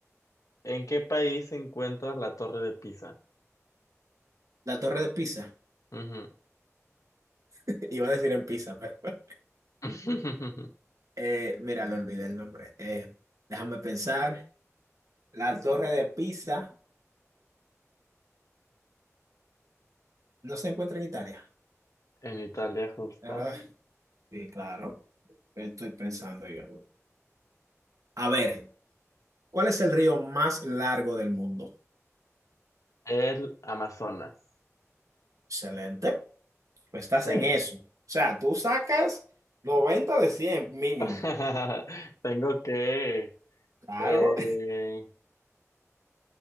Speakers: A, on the left; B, on the right.
A: ¿En qué país se encuentra la Torre de Pisa?
B: La Torre de Pisa.
A: Ujú.
B: <laughs> Iba a decir en Pisa, pero <laughs>
A: <laughs>
B: eh, mira, le olvidé el nombre. Eh, déjame pensar. La Torre de Pisa no se encuentra en Italia.
A: En Italia, justo.
B: Ah, sí, claro. Estoy pensando yo. A ver, ¿cuál es el río más largo del mundo?
A: El Amazonas.
B: Excelente. Pues estás
A: Sí.
B: en eso. O sea, tú sacas 90 de 100 mínimo.
A: <laughs> Tengo que...
B: Claro.
A: eh,